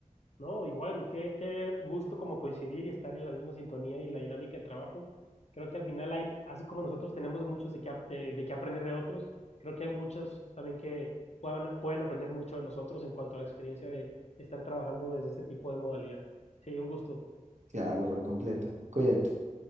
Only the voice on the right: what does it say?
Claro, por completo. Cuídate.